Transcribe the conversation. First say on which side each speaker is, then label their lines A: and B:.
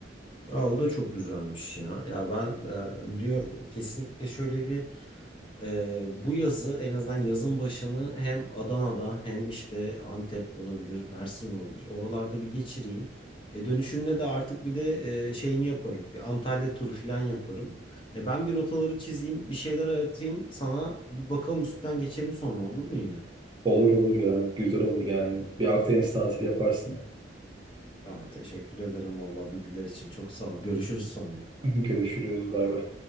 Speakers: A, on the left; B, on the right.
A: Aa, o da çok güzelmiş ya. Ya ben e, diyorum kesinlikle şöyle bir Ee, bu yazı en azından yazın başını hem Adana'da hem işte Antep olabilir, Mersin olabilir. Oralarda bir geçireyim. E, dönüşünde de artık bir de e, şeyini yaparım. Bir Antalya turu falan yaparım. E, ben bir rotaları çizeyim, bir şeyler atayım sana. Bir bakalım üstten geçelim sonra olur mu yine?
B: Olur olur ya. Güzel olur yani. Bir Akdeniz tatili yaparsın ya.
A: Aa, teşekkür ederim vallahi bilgiler için. Çok sağ ol. Görüşürüz sonra.
B: <laughs> Görüşürüz. Bay bay.